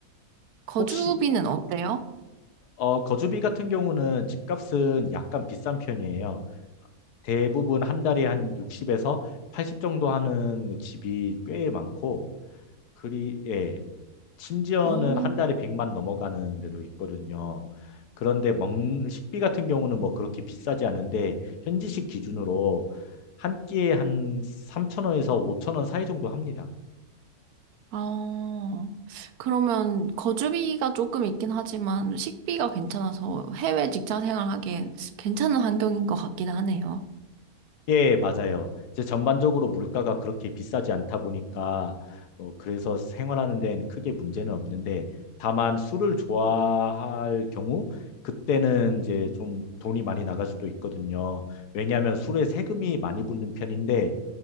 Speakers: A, on the right; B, on the left.
A: 거주비는
B: 혹시
A: 어때요?
B: 어, 거주비 같은 경우는 집값은 약간 비싼 편이에요. 대부분 한 달에 한 60에서 80 정도 하는 집이 꽤 많고, 그리, 예, 심지어는
A: 어,
B: 한 달에 100만 넘어가는 데도 있거든요. 그런데 먹 식비 같은 경우는 뭐 그렇게 비싸지 않은데 현지식 기준으로 한 끼에 한 3천 원에서 5천 원 사이 정도 합니다.
A: 아, 그러면 거주비가 조금 있긴 하지만 식비가 괜찮아서 해외 직장 생활하기엔 괜찮은 환경인 것 같긴 하네요.
B: 예, 맞아요. 이제 전반적으로 물가가 그렇게 비싸지 않다 보니까 어, 그래서 생활하는 데는 크게 문제는 없는데 다만 술을 좋아할 경우 그때는 이제 좀 돈이 많이 나갈 수도 있거든요. 왜냐하면 술에 세금이 많이 붙는 편인데